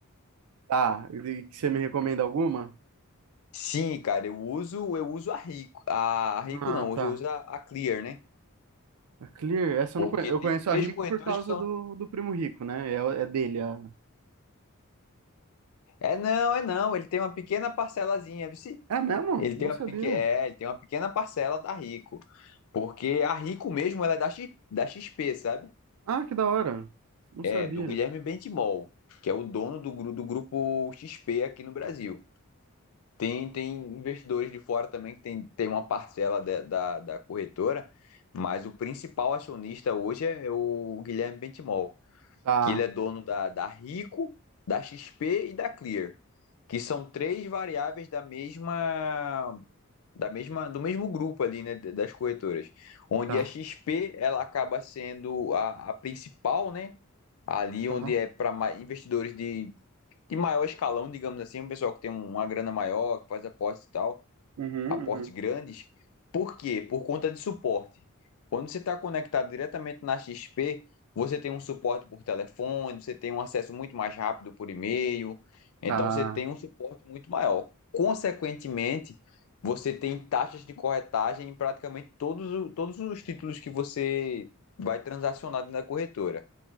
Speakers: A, on the right; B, on the left.
A: Tá, e que você me recomenda alguma?
B: Sim, cara, eu uso, eu uso a Rico, a Rico
A: Ah,
B: não, hoje
A: tá.
B: eu uso a, a Clear, né?
A: A Clear, essa
B: Porque
A: eu não conheço. Eu
B: tem
A: conheço
B: três
A: a Rico
B: corretoras
A: por causa
B: que são
A: do, do Primo Rico, né? É, é dele. A...
B: É não, é não. Ele tem uma pequena parcelazinha, viu? se?
A: É mesmo?
B: Ele
A: Não
B: tem uma
A: sabia.
B: peque... é, ele tem uma pequena parcela da Rico. Porque a Rico mesmo ela é da, X... da XP, sabe?
A: Ah, que da hora. Não
B: É,
A: sabia.
B: do Guilherme Bentimol, que é o dono do, gru- do grupo XP aqui no Brasil. Tem, tem investidores de fora também que tem, tem uma parcela da, da, da corretora, mas o principal acionista hoje é o Guilherme Bentimol.
A: Tá,
B: que ele é dono da, da Rico, da XP e da Clear, que são três variáveis da mesma, da mesma, do mesmo grupo ali, né, das corretoras, onde
A: tá,
B: a XP ela acaba sendo a, a principal, né, ali
A: tá.
B: onde é para investidores de, de maior escalão, digamos assim, um pessoal que tem uma grana maior, que faz apostas e tal
A: Uhum,
B: aporte
A: uhum.
B: grandes. Por quê? Por conta de suporte. Quando você está conectado diretamente na XP, você tem um suporte por telefone, você tem um acesso muito mais rápido por e-mail, então
A: Tá.
B: você tem um suporte muito maior. Consequentemente, você tem taxas de corretagem em praticamente todos, o- todos os títulos que você vai transacionar na corretora.